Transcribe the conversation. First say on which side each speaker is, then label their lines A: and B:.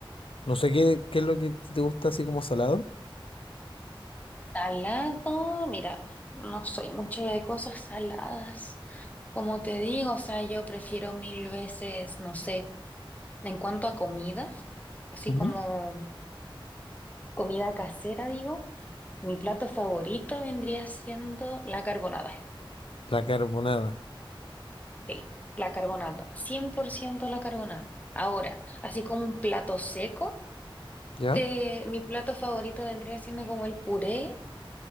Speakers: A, on the left; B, on the left.
A: No sé qué, qué es lo que te gusta así como salado.
B: Salado, mira, no soy mucho de cosas saladas. Como te digo, o sea, yo prefiero mil veces, no sé, en cuanto a comida, así
A: Ujú.
B: como comida casera, digo. Mi plato favorito vendría siendo la carbonada.
A: La carbonada,
B: Sí, la carbonata, 100% la carbonada. Ahora, así como un plato seco,
A: ¿Ya?
B: te- mi plato favorito vendría siendo como el puré